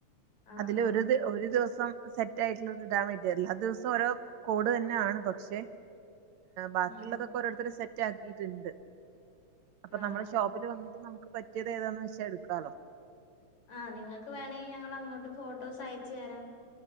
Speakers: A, on the left; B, on the right.
A: ആ
B: അതില്
A: ആ
B: ഒരു, ഒരു ദിവസം സെറ്റ് ആയിട്ടുള്ള ഇടാൻ വേണ്ടി വരില്ല. എല്ലാ ദിവസം ഓരോ കോട് തന്നെയ ആണ്. പക്ഷെ, ബാക്കിയുള്ളതൊ
A: ആ
B: രോരുത്തര് സെറ്റ് ആക്കിയിട്ടുണ്ട്. അപ്പോ
A: ആ
B: നമ്മൾ ഷോപ്പിൽ വന്നിട്ട് പറ്റിയത് ഏതാന്ന് വെച്ചാൽ എടുക്കാലോ.
A: ആ, നിങ്ങൾക്ക് വേണമെങ്കിൽ ഞങ്ങൾ അങ്ങോട്ട് ഫോട്ടോസ് അയച്ചു തരാം.